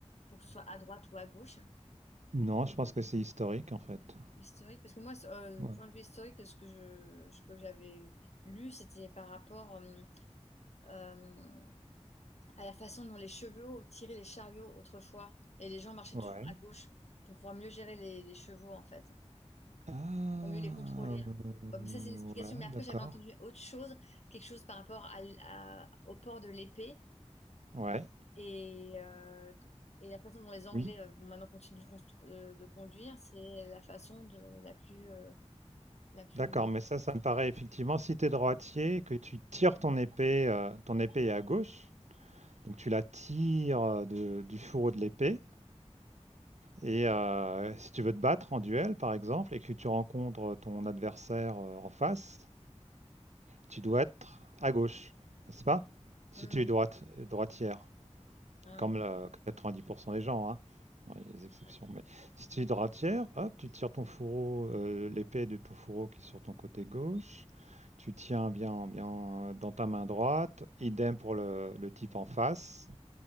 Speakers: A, on the left; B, on the right.
A: pour que ce soit à droite ou à gauche?
B: Non, je pense que c'est historique, en fait.
A: Historique, parce que moi, euh,
B: Ouais.
A: point de vue historique, ce que je, ce que j'avais lu, c'était par rapport euh, euh, à la façon dont les chevaux tiraient les chariots autrefois, et les gens marchaient
B: Ouais.
A: toujours à gauche pour pouvoir mieux gérer les, les chevaux, en fait.
B: Ah,
A: Pour mieux les contrôler.
B: euh,
A: Bon, mais ça, c'est une explication.
B: ouais,
A: Mais après,
B: d'accord.
A: j'avais entendu autre chose, quelque chose par rapport à l- à- au port de l'épée
B: Ouais,
A: et, euh, et la façon dont les Anglais,
B: oui.
A: euh, bon, maintenant, continuent de, const- euh, de conduire, c'est la façon de, la plus, euh, la plus.
B: D'accord, mais ça, ça me paraît effectivement, si tu es droitier, que tu tires ton épée, euh, ton épée est à gauche, donc tu la tires euh, de- du fourreau de l'épée. Et euh, si tu veux te battre en duel, par exemple, et que tu rencontres ton adversaire euh, en face, tu dois être à gauche, n'est-ce pas? Si
A: Hmm,
B: tu es droite, droitière.
A: ouais,
B: Comme le 90% des gens, hein. Bon, Il y a des exceptions.
A: ouais.
B: Mais si tu es droitière, hop, tu tires ton fourreau, euh, l'épée de ton fourreau qui est sur ton côté gauche. Tu tiens bien, bien dans ta main droite. Idem pour le, le type en face.